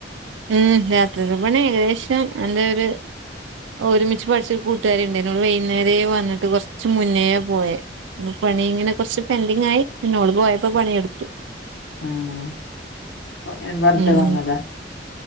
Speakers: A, on the right; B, on the left.
A: ഉം രാത്രില് പണി ഏകദേശം എന്താ ഒരു ഒരുമിച്ച് പഠിച്ചൊരു കൂട്ടുകാരിണ്ടേന് വൈകുന്നേരേ വന്നിട്ട് കുറച്ച് മുന്നേ പോയേ പണി ഇങ്ങനെ കുറച്ച് പെൻഡിങ് ആയി പിന്നോ ഓള് പോയപ്പോ പണിയെടുത്തു
B: ആഹ് വെറുതെ
A: ഉം
B: വന്നതാ